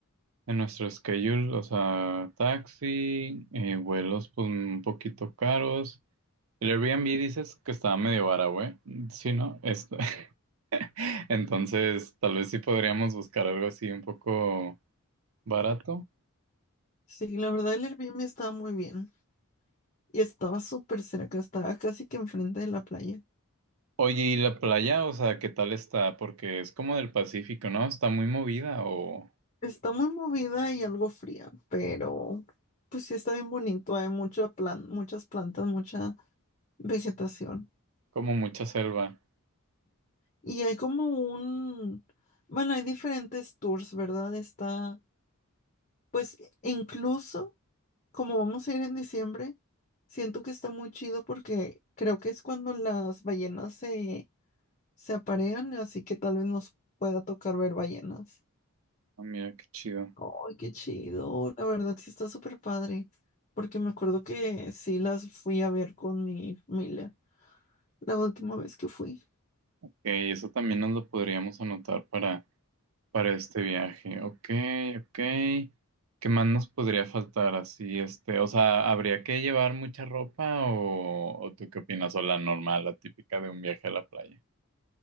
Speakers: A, on the right; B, on the left.
A: en nuestro schedule, o sea, taxi, eh, vuelos pues un poquito caros. El Airbnb dices que estaba medio vara, güey. Sí, ¿no? Es- <laughs> entonces, tal vez sí podríamos buscar algo así un poco barato.
B: Sí, la verdad el Airbnb estaba muy bien y estaba súper cerca, estaba casi que enfrente de la playa.
A: Oye, ¿y la playa? O sea, ¿qué tal está? Porque es como del Pacífico, ¿no? Está muy movida o
B: Está muy movida y algo fría, pero pues sí está bien bonito, hay mucha plan, muchas plantas, mucha vegetación.
A: como mucha selva.
B: Y hay como un, bueno, hay diferentes tours, ¿verdad? Está, pues e, incluso como vamos a ir en diciembre, siento que está muy chido porque creo que es cuando las ballenas se, se aparean, así que tal vez nos pueda tocar ver ballenas.
A: Ah, mira, qué chido.
B: ¡Ay, qué chido! La verdad sí está súper padre, porque me acuerdo que sí las fui a ver con mi familia la última vez que fui.
A: Ok, eso también nos lo podríamos anotar para, para este viaje. Ok, ok. ¿Qué más nos podría faltar así? Este, o sea, ¿habría que llevar mucha ropa o, o tú qué opinas? O la normal, la típica de un viaje a la playa.